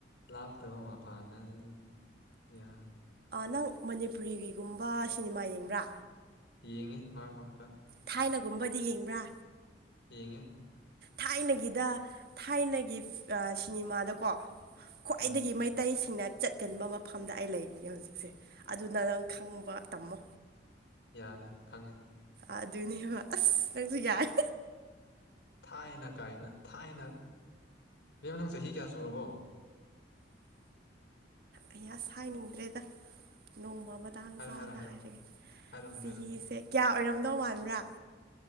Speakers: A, on the left; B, on the right.
A: ꯂꯥꯞꯇꯕ ꯃꯄꯥꯟꯅ ꯑꯗꯨꯝ ꯌꯥ
B: ꯅꯪ ꯃꯅꯤꯄꯨꯔꯤꯒꯤꯒꯨꯝꯕ ꯁꯤꯅꯤꯃꯥ ꯌꯦꯡꯕ꯭ꯔꯥ
A: ꯌꯦꯡꯉꯦ ꯃꯔꯛ ꯃꯔꯛꯇ
B: ꯊꯥꯏꯅꯒꯨꯝꯕꯗꯤ ꯌꯦꯡꯕ꯭ꯔꯥ
A: ꯌꯦꯡꯉꯦ
B: ꯊꯥꯏꯅꯒꯤꯗ ꯊꯥꯏꯅꯒꯤ ꯁꯤꯅꯦꯃꯥꯗꯀꯣ ꯈ꯭ꯋꯥꯏꯗꯒꯤ
A: ꯎꯝ
B: ꯃꯩꯇꯩꯁꯤꯡꯅ ꯆꯠꯀꯟꯕ ꯃꯐꯝꯗ ꯑꯩ ꯂꯩꯔꯤꯅꯦ ꯍꯧꯖꯤꯛꯁꯦ ꯑꯗꯨꯅ ꯅꯪ ꯈꯪꯕ ꯇꯝꯃꯣ
A: ꯌꯥꯔꯦ ꯈꯪꯉꯦ
B: ꯑꯗꯨꯅꯦꯕ ꯑꯁ ꯅꯪꯁꯨ ꯌꯥꯏ
A: ꯊꯥꯏꯅ ꯀꯥꯏꯅ ꯊꯥꯏꯅ ꯏꯕꯦꯝ ꯅꯪ ꯆꯍꯤ ꯀꯌꯥ ꯁꯨꯔꯕꯣ
B: ꯑꯩ ꯑꯁ ꯍꯥꯏꯅꯤꯡꯗ꯭ꯔꯦꯗ ꯅꯣꯡꯃ ꯃꯇꯥꯡ
A: ꯍꯥꯏꯔꯣ
B: ꯆꯥꯕꯗ
A: ꯍꯥꯏꯔꯣ ꯍꯥꯏꯔꯣ
B: ꯍꯥꯏꯔꯒꯦ
A: ꯍꯥꯏꯔꯣꯅꯦ
B: ꯆꯍꯤꯁꯦ
A: ꯍꯥꯏꯔꯣꯅꯦ
B: ꯀꯌꯥ ꯑꯣꯏꯔꯝꯗꯧ ꯃꯥꯟꯕ꯭ꯔꯥ